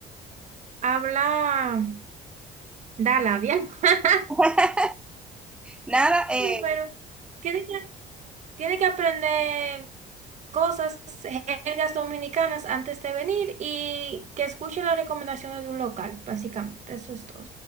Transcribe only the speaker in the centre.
<laughs> Nada, eh,